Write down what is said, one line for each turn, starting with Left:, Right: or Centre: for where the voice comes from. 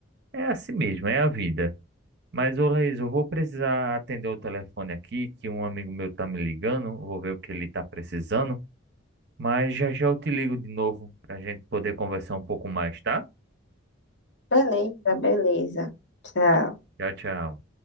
Right: é assim mesmo, é a vida. Mas, ô Laís, eu vou precisar atender o telefone aqui, que um amigo meu tá me ligando, vou ver o que ele tá precisando. Mas já já eu te ligo de novo para a gente poder conversar um pouco mais, tá?
Left: Beleza, beleza. Tchau.
Right: Tchau, tchau.